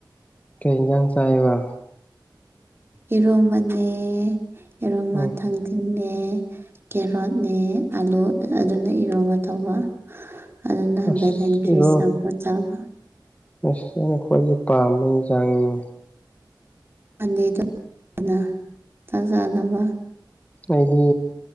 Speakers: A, on the left (about 20°); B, on the right (about 30°).
A: ꯀꯩꯖꯪ ꯆꯥꯏꯕ
B: ꯏꯔꯣꯝꯕꯅꯦ ꯏꯔꯣꯝꯕ
A: ꯎꯝ
B: ꯊꯥꯡꯖꯤꯡꯅꯦ ꯀꯦꯔꯣꯠꯅꯦ ꯑꯂꯨ ꯑꯗꯨꯅ ꯏꯔꯣꯟꯕ ꯇꯧꯕ ꯑꯗꯨꯅ
A: ꯑꯁ
B: ꯚꯦꯂꯦꯟꯇ꯭ꯔꯤꯁ
A: ꯏꯕꯣ
B: ꯑꯃꯐ ꯆꯥꯎꯕ
A: ꯑꯁ ꯑꯩꯅ ꯈ꯭ꯋꯥꯏꯗꯒꯤ ꯄꯥꯝꯕ ꯌꯦꯟꯁꯥꯡꯅꯤ
B: ꯑꯅꯤꯗꯨꯅ ꯆꯥꯛ ꯆꯥꯅꯕ
A: ꯑꯩꯗꯤ